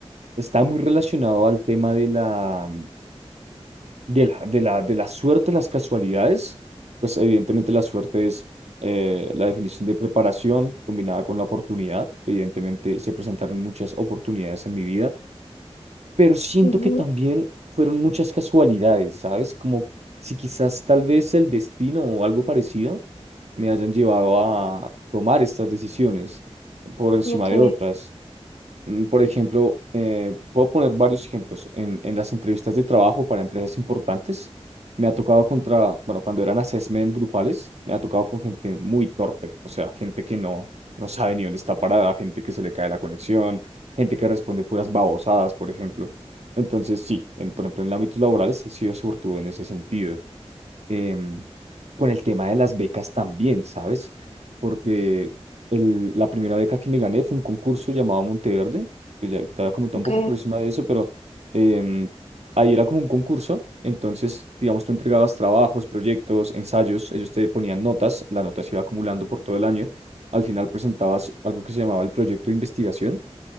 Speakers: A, on the right; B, on the left.
A: está muy relacionado al tema de la, de la, de la, de la suerte, las casualidades. Pues evidentemente la suerte es eh, la definición de preparación combinada con la oportunidad. Evidentemente se presentaron muchas oportunidades en mi vida, pero siento
B: ujú,
A: que también fueron muchas casualidades, ¿sabes? Como si quizás tal vez el destino o algo parecido me hayan llevado a tomar estas decisiones por encima
B: ok,
A: de otras. Mm, Por ejemplo, eh, puedo poner varios ejemplos. En, en las entrevistas de trabajo para empresas importantes, me ha tocado contra, bueno, cuando eran assessment grupales, me ha tocado con gente muy torpe, o sea, gente que no, no sabe ni dónde está parada, gente que se le cae la conexión, gente que responde puras babosadas, por ejemplo. Entonces, sí, en, por ejemplo, en el ámbito laboral he sido suertudo en ese sentido em, con el tema de las becas también, ¿sabes? Porque el- la primera beca que me gané fue un concurso llamado Monteverde, que ya te había comentado
B: ok,
A: un poco por encima de eso, pero em, ahí era como un concurso, entonces, digamos, tú entregabas trabajos, proyectos, ensayos, ellos te ponían notas, la nota se iba acumulando por todo el año, al final presentabas algo que se llamaba el proyecto de investigación